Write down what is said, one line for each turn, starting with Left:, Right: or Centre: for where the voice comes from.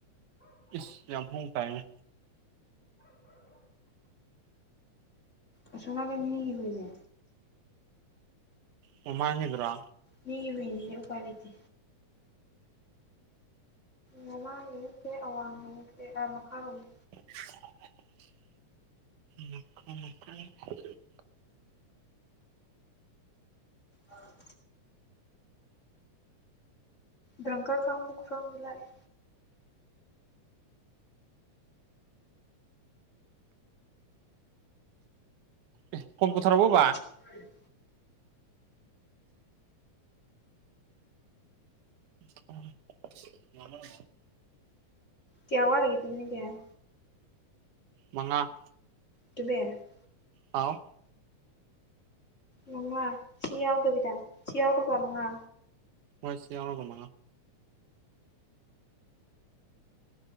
Right: ꯏꯁ ꯌꯥꯝ ꯍꯥꯎꯅ ꯇꯥꯏꯕꯣ
Left: ꯑꯁꯣꯝ ꯅꯒꯥꯟ ꯃꯤꯒꯤꯅꯦ
Right: ꯃꯃꯥꯡꯒꯤꯗꯨꯔꯣ
Left: ꯃꯤꯒꯤ ꯍꯨꯢꯅꯤꯅ ꯎꯄꯥꯥꯏ ꯂꯩꯇꯦ ꯃꯃꯥꯡ ꯅꯠꯇꯦ ꯑꯋꯥꯡ ꯔꯣꯝꯒꯤ ꯅꯠꯇꯦ ꯃꯈꯥꯔꯣꯝꯒꯤ
Right: <inaudible> ꯃꯀꯣꯏ ꯃꯀ <unintelligible>
Left: ꯑ <inaudible> ꯗ꯭ꯔꯪꯀꯔ ꯐꯪ <unintelligible>
Right: ꯑꯦ ꯐꯣꯟ ꯄꯨꯊꯔꯕꯣ ꯕꯥ
Left: ꯐ <inaudible>
Right: <inaudible>
Left: ꯀꯌꯥ ꯋꯥꯠꯂꯤꯒꯦ <unintelligible> <unintelligible>
Right: ꯃꯉꯥ
Left: ꯑꯗꯨꯃꯦ <unintelligible>
Right: ꯑꯥꯎ
Left: ꯃꯉꯥ ꯁꯤ ꯌꯥꯎꯗꯕꯤꯗ ꯁꯤ ꯌꯥꯎꯔꯒ ꯃꯉꯥ
Right: ꯍꯣꯏ ꯁꯤ ꯌꯥꯎꯔꯒ ꯃꯉꯥ